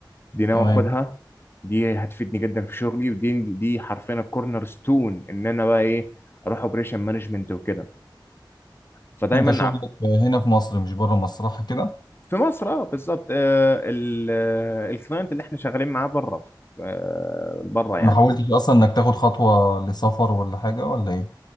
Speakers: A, on the left; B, on the left.
A: دي ناوي
B: تمام
A: آخدها دي هتفيدني جدا في شغلي ودي دي حرفيا الكورنر ستون إن أنا بقى إيه أروح اوبريشن مانجمنت وكده فدايما
B: انت شغلك
A: عم-
B: هنا في مصر مش بره مصر صح كده
A: في مصر أه بالظبط آه، ال- آه، الكلاينت اللي إحنا شغالين معاه بره في- آه، بره يعني
B: ما مم، حاولتش اصلا انك تاخد خطوة لسفر ولا حاجة ولا ايه